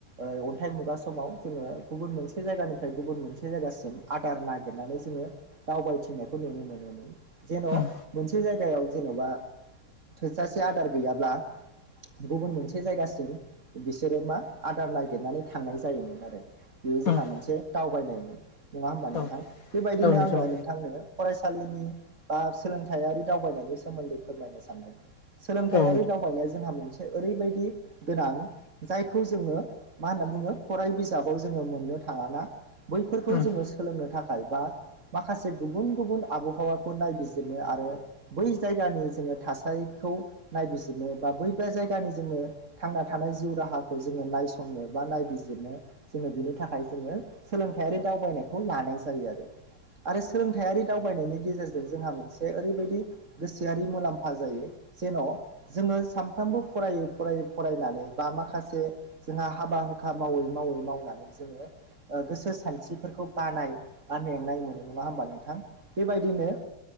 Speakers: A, on the right; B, on the left.
A: ओ अन्थाइ मुगा समाव जोङो गुबुन मोनसे जायगानिफ्राय गुबुन मोनसे जायगासिम आदार नागिरनानै जोङो दावबायथिंनायखौ नुनो मोनोमोन जेन'
B: उम
A: मोनसे जायगायाव जेन'बा थोजासे आदार गैयाब्ला गुबुन मोनसे जायगासिम बिसोरो मा आदार नागिरनानै थांनाय जायोमोन आरो बेबो
B: उम
A: जोंहा मोनसे दावबायनायमोन नङा होमबा नोंथां
B: औ
A: बेबायदिनो
B: नोंथां औ नोंथां
A: आङो नोंथांनो फरायसालिनि बा सोलोंथाइयारि दावबायनायनि सोमोन्दै फोरमायनो सानदों सोलोंथाइयारि
B: उम
A: दावबायनाया जोंहा मोनसे ओरैबाय दि गोनां जायखौ जोङो मा होनना बुङो फराय बिजाबाव जोङो मोननो थाङा ना बै फोरखौ
B: उम
A: जोङो सोलोंनो थाखाय बा माखासे गुबुन गुबुन आबहावाखौ नायबिजिरनो आरो बै जायगानि जोङो थासारिखौ नायबिजिरनो बा बैबा जायगानि जोङो थांना थानाय जिउ राहाखौ जोङो नायसंनो बा नायबिजिरनो जोङो बिनि थाखाय जोङो सोलों थाइयारि दावबायनायखौ लानाय जायो आरो आरो सोलोंथाइयारि दावबायनायनि गेजेरजों जोंहा मोनसे ओरैबायदि गोसोआरि मुलाम्फा जायो जेन' जोङो सानफ्रामबो फरायै फरायै फरायनानै बा माखासे जोंहा हाबा हुखा मावै मावै मावनानै जोङो गोसो सानस्रिफोरखौ बानाय बा मेंनाय मोनो नङा होमबा नोंथां बेबायदिनो